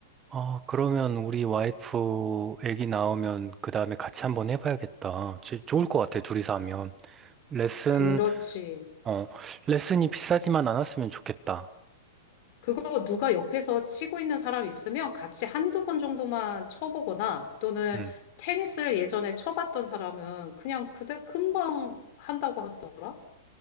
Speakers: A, on the right; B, on the left.
A: 아, 그러면 우리 와이프 애기 나오면 그 다음에 같이 한번 해봐야겠다. 제- 좋을 것 같아, 둘이서 하면. 레슨,
B: 그렇지.
A: 어, 레슨이 비싸지만 않았으면 좋겠다.
B: 그거 누가 옆에서 치고 있는 사람 있으면 같이 한두 번 정도만 쳐보거나 또는
A: 음.
B: 테니스를 예전에 쳐봤던 사람은 그냥 그대 금방 한다고 하더라.